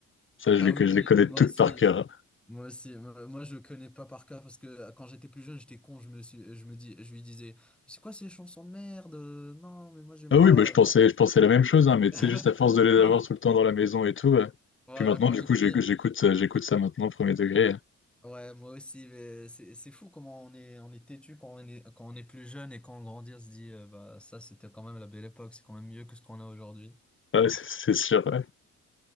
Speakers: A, on the left; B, in the centre.
A: Ça, je
B: Ah
A: les,
B: oui,
A: je les connais
B: mais moi
A: toutes
B: aussi.
A: par cœur.
B: Moi aussi. Moi, moi, je connais pas par cœur parce que euh, quand j'étais plus jeune, j'étais con. Je me suis, je me dis, je lui disais, c'est quoi ces chansons de merde? Euh, Non, mais moi, j'aime
A: Ah
B: pas.
A: oui, bah, je pensais, je pensais la même chose, hein, mais
B: <laughs>
A: tu sais, juste à force de les
B: Quand-
A: avoir tout le temps dans la maison et tout. euh,
B: Voilà,
A: Puis maintenant,
B: quand
A: du
B: j'ai
A: coup,
B: pris.
A: j'écoute, j'écoute, euh, j'écoute ça maintenant, premier degré. euh.
B: Ouais, moi aussi, mais c'est, c'est fou comment on est, on est têtu quand on est, quand on est plus jeune et quand on grandit, on se dit, euh, bah, ça, c'était quand même la belle époque. C'est quand même mieux que ce qu'on a aujourd'hui.
A: Ouais, <laughs> c'est c'est sûr ouais,